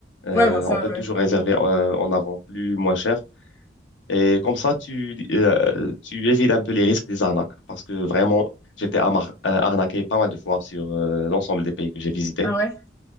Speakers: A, on the left; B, on the left.
A: Euh,
B: Ouais, bah, ça,
A: on peut
B: ouais.
A: toujours réserver euh, en avant plus moins cher. Et comme ça, tu, euh, tu évites un peu les risques des arnaques. Parce que vraiment, j'étais amar- euh, arnaqué pas mal de fois sur euh, l'ensemble des pays que j'ai visités.
B: Ah ouais?